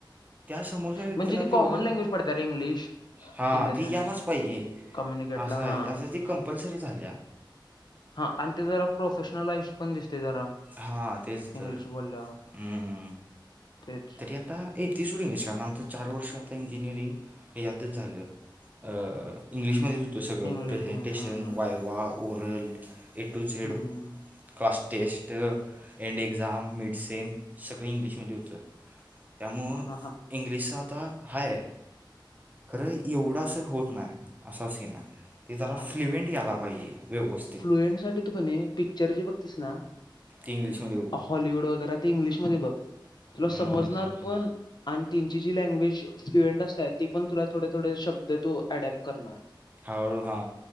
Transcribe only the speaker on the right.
त्यासमोरच्या व्यक्तीला
तेवढं
हा
ती
यायलाच पाहिजे
असंय
आहे त्यासाठी ती कंपल्सरी झाली.
हा तेच
तर
हम्म
ते आता येतय सोड इंग्लिश कारण आमचं चार वर्ष आता इंजिनिअरिंग हेच्यातच झालं. अ इंग्लिशमध्येच होतं सगळं
प्रेझेंटेशन
viva oral A to Z.
Class test end exam mid sem सगळं इंग्लिशमध्ये होतं. त्यामुळं
इंग्लिशच आता हाय खरं एवढं असं होत नाही असा सीन आहे. ते जरा
फ्लुएंट याला पाहिजे व्यवस्थित.
ते इंग्लिमध्ये हो
हम्म,
हम्म, हम्म, हम्म.
हळुहळु हा